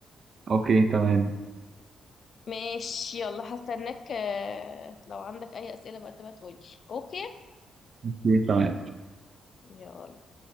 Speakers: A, on the right; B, on the left.
A: اوكي تمام
B: ماشي يلا هستناك آه، لو عندك اي اسئلة بقى تبقى تقولي اوكي
A: اوكي تمام
B: يلا